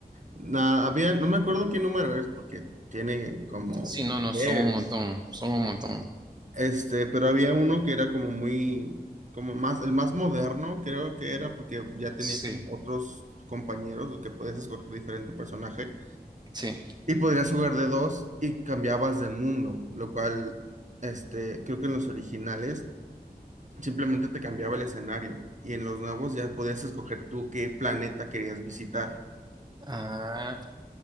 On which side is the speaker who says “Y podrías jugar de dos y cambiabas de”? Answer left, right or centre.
Right